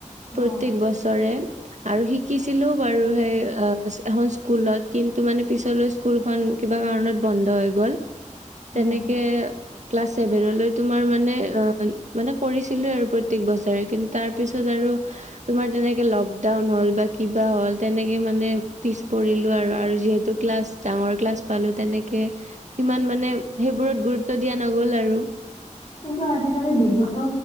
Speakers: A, on the left (about 40°); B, on the right (about 65°).
A: অ
B: প্ৰত্যেক বছৰে আৰু, শিকিছিলো বাৰু সেই এখন স্কুলত কিন্তু মানে পিছলৈ স্কুলখন কিবা কাৰণত বন্ধ হৈ গ'ল।
A: উম
B: তেনেকে, ক্লাছ চছেভেনলৈ তোমাৰ মানে অ', - মানে কৰিছিলো আৰু প্ৰত্যেক বছৰে কিন্তু তাৰ পিছত আৰু তোমাৰ তেনেকে লকডাউন হ'ল, বা কিবা হ'ল তেনেকে মানে পিছ পৰিলো আৰু আৰু যিহেতু ক্লাছ ডাঙৰ ক্লাছ পালো তেনেকে, সিমান মানে সেইবোৰত গুৰুত্ব দিয়া নগ'ল আৰু।
A: কিন্তু আজি-কালি বিহুটো